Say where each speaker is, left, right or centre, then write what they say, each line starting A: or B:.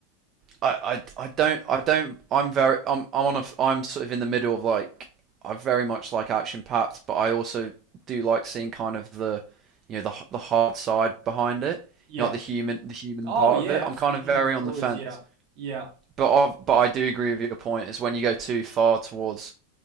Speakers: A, on the right; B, on the right.
A: I, I, I don't I don't I'm very I'm I'm on a f- I'm sort of in the middle of like I very much like action packed, but I also do like seeing kind of the you know the the hard side behind it,
B: Yep.
A: you know, like the human the human
B: Oh
A: part
B: yeah,
A: of it.
B: abs
A: I'm kind
B: the human
A: of very
B: stories,
A: on the fence,
B: yeah. Yeah.
A: but i but I do agree with your point. Is when you go too far towards